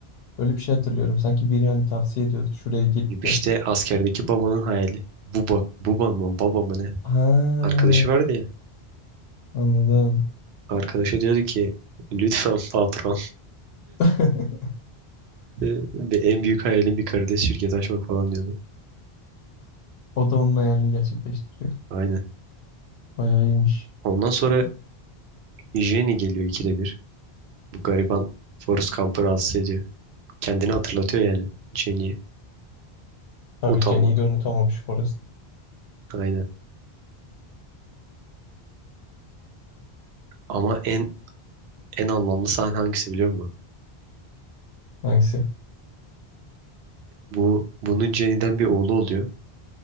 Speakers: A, on the left; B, on the right.
A: Öyle bir şey hatırlıyorum. Sanki biri hani tavsiye ediyordu. Şuraya gitti.
B: İşte askerdeki babanın hayali. Buba, buba mı baba mı ne?
A: Ha,
B: Arkadaşı vardı ya.
A: anladım.
B: Arkadaşı diyordu ki lütfen patron.
A: <laughs>
B: <laughs> Ve en büyük hayalim bir karides şirketi açmak falan diyordu.
A: O da onun hayalini gerçekleştiriyor.
B: Aynen.
A: Bayağı iyiymiş.
B: Ondan sonra Jenny geliyor ikide bir. Bu gariban Forrest Gump'ı rahatsız ediyor. Kendini hatırlatıyor yani Jenny'ye.
A: Tabii
B: Utanmadan.
A: Jenny'i de unutamamış Forrest.
B: Aynen. Ama en en anlamlı sahne hangisi biliyor musun?
A: Hangisi?
B: Bu bunun Jenny'den bir oğlu oluyor.